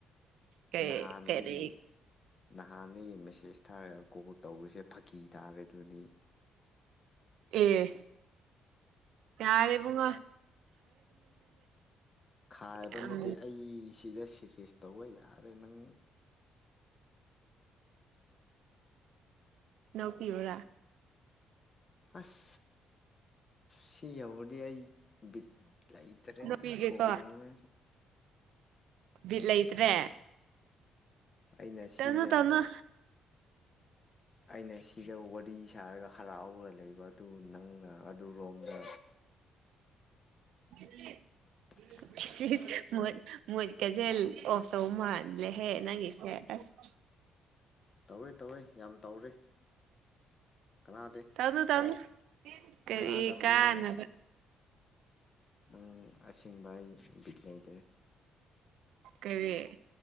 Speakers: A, on the right; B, on the left.
A: ꯀꯩ
B: ꯅꯍꯥꯟꯗꯒꯤ
A: ꯀꯔꯤ
B: ꯅꯍꯥꯟꯗꯒꯤ ꯃꯦꯁꯦꯖ ꯊꯥꯔ ꯀꯣꯜ ꯇꯧꯕꯁꯦ ꯐꯥꯒꯤ ꯇꯥꯔꯦ ꯑꯗꯨꯅꯤ
A: ꯑꯦ ꯌꯥꯔꯦꯕꯨꯡꯉꯣ
B: ꯈꯥꯏꯕ
A: ꯌꯥꯝ
B: ꯅꯠꯇꯦ ꯑꯩꯁꯤꯗ ꯁꯤꯁꯦꯁ ꯇꯧꯕ ꯌꯥꯔꯦ ꯅꯪ
A: ꯅꯣꯛꯄꯤꯎꯔ
B: ꯑꯁ ꯁꯤꯌꯧꯔꯗꯤ ꯑꯩ ꯕꯤꯠ ꯂꯩꯇ꯭ꯔꯦꯗ
A: ꯅꯣꯛꯄꯤꯒꯦꯀꯣ
B: ꯀꯣꯜ ꯇꯧꯅꯤꯡꯉꯥꯏꯁꯨ
A: ꯕꯤꯠ ꯂꯩꯇ꯭ꯔꯦ
B: ꯑꯩꯅ
A: ꯇꯟꯅꯣ
B: ꯁꯤꯗ
A: ꯇꯟꯅꯣ
B: ꯑꯩꯅ ꯁꯤꯗ ꯋꯥꯔꯤ ꯁꯥꯔꯒ ꯍꯔꯥꯎꯔ ꯂꯩꯕ ꯑꯗꯨ ꯅꯪꯅ ꯑꯗꯨꯔꯣꯝꯗ
A: <inaudible>
B: <unintelligible>
A: ꯁꯤꯏꯁ ꯃꯨꯠ ꯃꯨꯠꯀꯖꯦ ꯑꯣꯐ ꯇꯧ ꯃꯥꯜꯂꯦꯍꯦ ꯅꯪꯒꯤꯁꯦ ꯑꯁ
B: ꯇꯧꯔꯦ ꯇꯧꯔꯦ ꯌꯥꯝ ꯇꯧꯔꯦ ꯀꯅꯥꯗꯦ
A: ꯇꯧꯅꯨ ꯇꯧꯅꯨ ꯀꯔꯤ
B: ꯀꯅꯥꯗꯕꯅꯦ
A: ꯀꯥꯟꯅꯕ
B: ꯅꯪ ꯪ ꯅꯪ ꯑꯁꯤꯡꯕ ꯑꯩ ꯕꯤꯠ ꯂꯩꯇ꯭ꯔꯦ
A: ꯀꯔꯤ